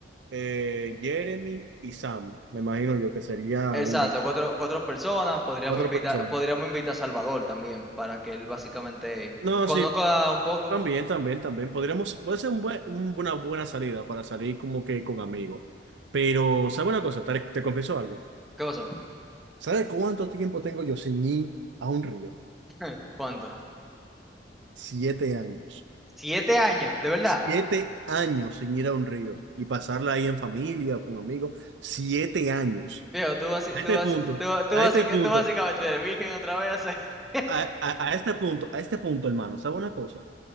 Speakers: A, on the right (about 75°); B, in the centre.
A: eh, Jeremy y Sam, me imagino yo que sería
B: Exacto,
A: lo indicado.
B: cuatro, cuatro personas, podríamos
A: Cuatro
B: invitar,
A: personas.
B: podríamos invitar a Salvador también, para que él básicamente
A: No,
B: conozca
A: sí,
B: un poco.
A: también, también, también. Podríamos, puede ser un buen, un- una buena salida para salir como que con amigos. Pero, ¿sabes una cosa? Te, te confieso algo.
B: ¿Qué pasó?
A: ¿Sabes cuánto tiempo tengo yo sin ir a un río?
B: <laughs> ¿Cuánto?
A: Siete años.
B: ¿Siete años? ¿De verdad?
A: Siete años sin ir a un río y pasarla ahí en familia, con amigos. Siete años.
B: Viejo, tú, basi-
A: A
B: tú,
A: este
B: basi-
A: punto,
B: tú, tú,
A: a
B: basi-
A: este punto,
B: tú básicamente eres virgen otra vez. <laughs>
A: a, a- a este punto, a este punto, hermano, ¿sabe una cosa?